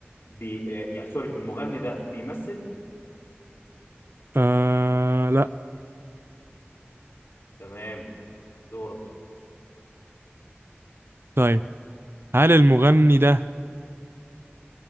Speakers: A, on the left; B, on the right.
A: بي آه، يعني سوري المغني ده بيمثل
B: آه لا
A: تمام دورك
B: طيب هل المغني ده